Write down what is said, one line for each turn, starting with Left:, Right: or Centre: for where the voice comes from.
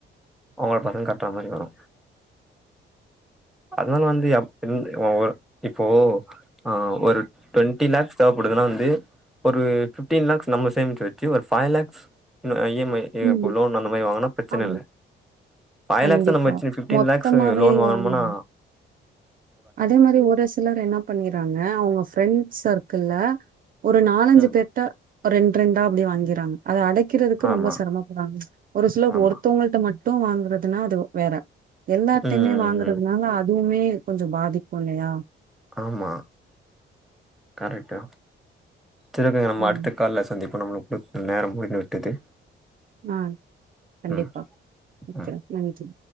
Centre: அவங்கள பசங்க கட்டுற மாரி வரு அதனால வந்து எப் எந் வொ இப்போ ஆ ஒரு டுவெண்ட்டி லே்ஸ் தேவைப்படுதுன்னா வந்து ஒரு பிப்டீன் லேக்ஸ் நம்ம சேமிச்சு வெச்சு ஒரு five lakhs E M I
Right: ம்
Centre: லோன்ம மை லோன் பிரச்சன
Right: ஆமா
Centre: இல்ல ஃபைவ்
Right: கண்டிப்பா
Centre: லேக்ஸ்ஸ நம்ம வெச்சுனு பிப்டீன்
Right: மொத்தமாவே
Centre: லேக்ஸ்ஸ லோன் வாங்குனோம்னா
Right: வாங்கனு அதே மாரி ஒரு சிலர் என்ன பண்ணிறாங்க அவங்க ஃப்ரெண்ட் சர்க்கிள்ள ஒரு நாலஞ்சு
Centre: ம்
Right: பேருட்ட ரெண்டு ரெண்டா அப்படி வாங்கிறாங்க அத அடைக்கி கிறதுக்கு
Centre: ஆமா
Right: ரொம்ப செரமப்படுறாங்க ஒரு சிலர்
Centre: ஆமா
Right: ஒருத்தவங்கள்ட மட்டு வாங்குறதுன்னா அது வேற எல்லார்டையுமே
Centre: ம்
Right: வாங்குறதுனால
Centre: ம்
Right: அதுவுமே கொஞ்சோ பாதிக்கு இல்லையா
Centre: ஆமா கரெட்டு செரிங்க நம்ம
Right: ம்
Centre: அடுத்த கால்ல சந்திப்போ நம்முளுக்கு குடுத்த நேரோ முடிந்து விட்டது
Right: ஆ கண்டிப்பா
Centre: ம்
Right: வக்கிரே
Centre: ம்
Right: நன்றி